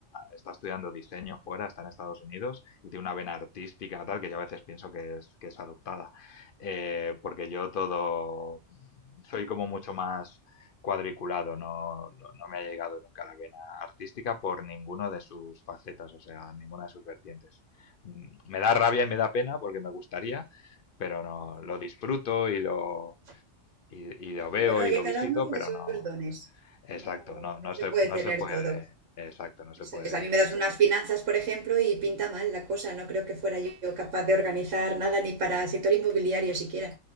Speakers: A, on the left; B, on the right.
A: está estudiando diseño fuera, está en Estados Unidos, y tiene una vena artística, tal, que yo a veces pienso que es, que es adoptada. Eh, porque yo todo, soy como mucho más cuadriculado, no, no, no me ha llegado nunca la vena artística por ninguno de sus facetas, o sea, ninguna de sus vertientes. Mm, Me da rabia y me da pena porque me gustaría, pero no, lo disfruto y lo, y, y lo veo
B: Bueno, oye,
A: y lo
B: cada
A: visito,
B: uno tiene
A: pero
B: sus
A: no,
B: dones.
A: exacto,
B: No,
A: no, no
B: no se
A: se,
B: puede
A: no
B: tener
A: se puede,
B: todo.
A: exacto, no se
B: Eso
A: puede
B: es. A mí me das unas finanzas, por ejemplo, y pinta mal la cosa. No creo que fuera yo capaz de organizar nada ni para sector inmobiliario siquiera,